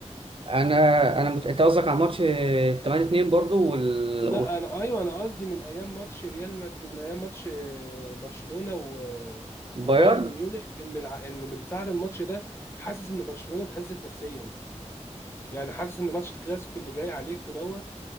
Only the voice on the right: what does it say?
انا انا مت... انت قصدك على ماتش 8 2 برضو وال...
والبايرن